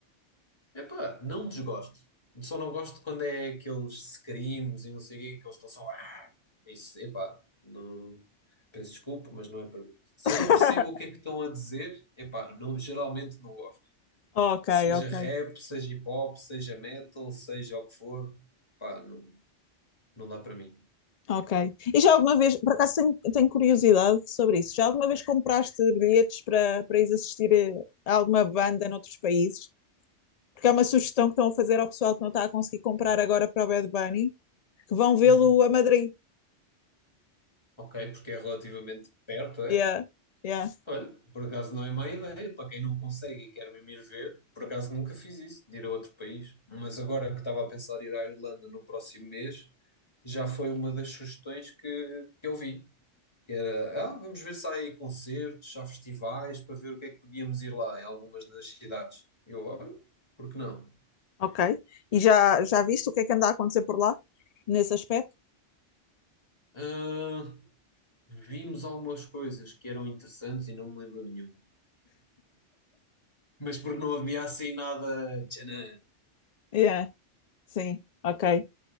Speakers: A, on the left; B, on the left.
A: Epá, não desgosto. Só não gosto quando é aqueles screams e não sei o quê, que eles estão só. "Ah!" Isso, epá, não. Peço desculpa, mas não é para mim. Se
B: <laughs>
A: eu não percebo o que é que estão a dizer, epá, não, geralmente não gosto.
B: Ok,
A: Seja
B: ok,
A: rap, seja hip hop, seja metal, seja o que for, pá, não, não dá para mim.
B: ok. E já alguma vez, por acaso tenho, tenho curiosidade sobre isso, já alguma vez compraste bilhetes para, para ir assistir a alguma banda noutros países? porque é uma sugestão que estão a fazer ao pessoal que não está a conseguir comprar agora para o Bad Bunny, que vão vê-lo
A: Uhum.
B: a Madrid.
A: Ok, porque é relativamente perto, é?
B: Yeah, yeah.
A: Olha, por acaso não é má ideia, para quem não consegue e quer mesmo ir ver, por acaso nunca fiz isso, de ir a outro país, mas agora que estava a pensar ir à Irlanda no próximo mês, já foi uma das sugestões que, que eu vi, que era, ah, vamos ver se há aí concertos, se há festivais, para ver o que é que podíamos ir lá em algumas das cidades. Eu, olha, por que não?
B: Ok. E já, já viste o que é que anda a acontecer por lá? Nesse aspecto?
A: Ah, vimos algumas coisas que eram interessantes e não me lembro de nenhuma. Mas porque não havia assim nada, tchanã,
B: Yeah, sim, ok.